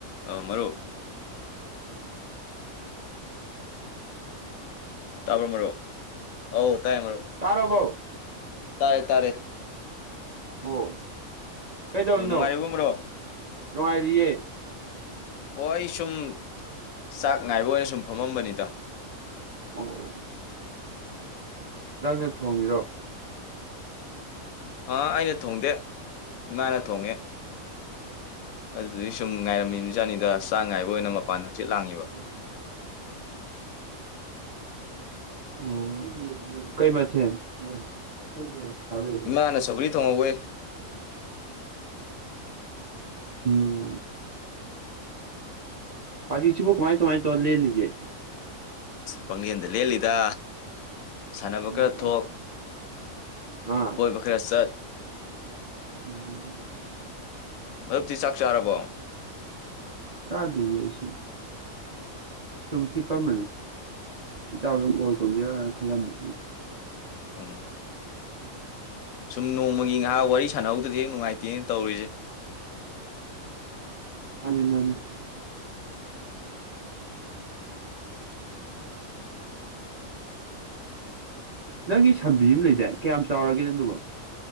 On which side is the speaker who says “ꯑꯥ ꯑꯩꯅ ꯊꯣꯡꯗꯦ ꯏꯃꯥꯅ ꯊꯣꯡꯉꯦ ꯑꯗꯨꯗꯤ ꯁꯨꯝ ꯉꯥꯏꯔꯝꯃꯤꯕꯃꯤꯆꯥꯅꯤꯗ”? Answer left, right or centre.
Left